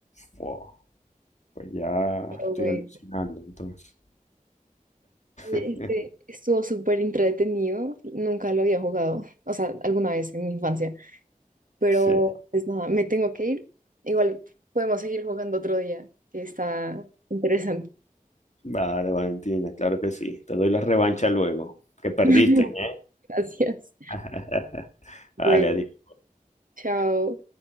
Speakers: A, on the left; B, on the right.
A: Wow, pues ya
B: Pero
A: estoy
B: bueno,
A: alucinando entonces. <laughs>
B: oye, este estuvo súper entretenido. Nunca lo había jugado, o sea, alguna vez en mi infancia. Pero
A: Sí,
B: pues nada, me tengo que ir. Igual podemos seguir jugando otro día, que está interesante.
A: vale, Valentina, claro que sí. Te doy la revancha luego, que perdiste,
B: <laughs>
A: ¿eh?
B: Gracias.
A: <laughs>
B: Bueno,
A: Vale, adiós.
B: chao.